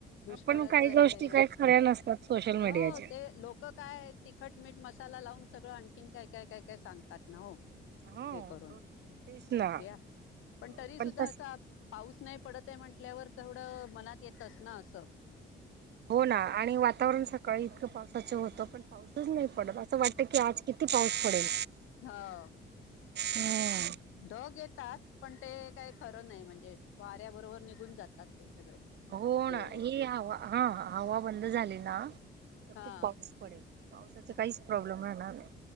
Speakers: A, on the left; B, on the right.
A: दुष्काळाच
B: पण काही
A: हे
B: गोष्टी काही खऱ्या नसतात सोशल
A: हो
B: मीडियाच्या
A: ते लोक काय तिखट मीठ मसाला साला लावून सगळं आणखीन काय काय काय काय सांगतात ना हो.
B: हो
A: हे करून.
B: तेच ना
A: ते अस
B: हो,
A: पण तरी सुद्धा
B: तस
A: असं ऊस नाही पडतये म्हटल्यावर, तेवढं मनात येतच ना असं.
B: हो ना आणि वातावरण सकाळी इतकं पावसाच होतं पण पाऊसच नाही पडत असं वाटतं की आज किती पाऊस पडेल.
A: हो
B: हम्म.
A: ढग येत तात पण ते काय खरं नाही म्हणजे वाऱ्या बरोबर निघून जातात ते. सगळे
B: हो
A: हे
B: णा
A: होऊन
B: ही हवा हा हवा बंद झाली ना त
A: हा
B: खूप पाऊस पडेल. पावसाच काहीच प्रॉब्लेम राहणार नाही.